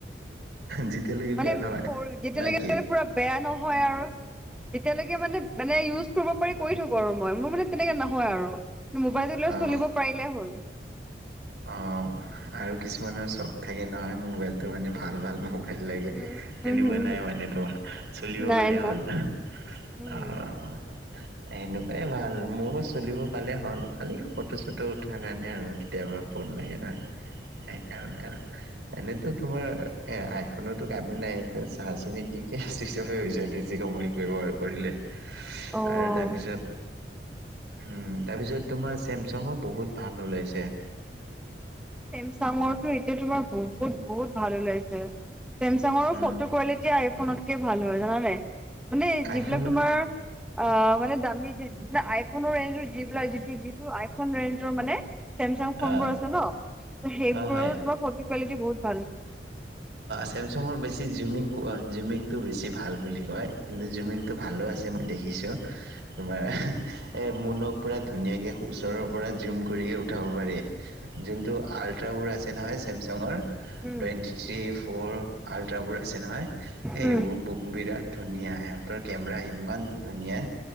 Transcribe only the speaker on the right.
যেতিয়ালৈকি
বিয়া নহয়
নাই কি?
অ
অ, আৰু কিছুমানৰ চখ থাকে নহয় মোবাইল। ত মানে ভাল-
ভাল মোবাইল লাগে।
এনিব
নাই মানে তোমাৰ চলিব
পালে
হ'ল। অ'।
সেনেকুৱাই ভাল। ময়ো চলিব পালে হ'ল খালি ফটো- চটো উঠাৰ কাৰণে আৰু কেতিয়াবা। ফোন লাগে ন, সেই কাৰণে আৰু। এনেতো তোমাৰ এ আইফোনৰতো কামেই নাই চাৰ্জিনিতিকে চুইচ অফে হৈছে। যি সময় ব্যৱহাৰ কৰিলে,
আৰু তাৰপিছত তাৰপিছত তোমাৰ চেমচাঙো বহুত ভাল ওলাইছে।
উম,
আইফোন
অ',
অ', হয়।
চেমচুঙৰ বেছি জুমিং- জুমিংটো বেছি ভাল বুলি কয়। কিন্তু
জুইমিংটো
ভালো আছে মই দেখিছোঁ। তোমাৰ এ মুনক পুৰা ধুনীয়াকে ওচৰৰ পৰা জুম কৰি উঠাব পাৰি। যোনটো আল্ট্ৰাবোৰ আছে নহয়, চেমচাঙৰ
টুৱেণ্টি থ্ৰী ফ'ৰ। আল্ট্ৰাবোৰ আছে নহয় সেইবোৰ
বহু বিৰাট ধুনীয়া। সিহঁতৰ কেমেৰা ইমান ধুনীয়া,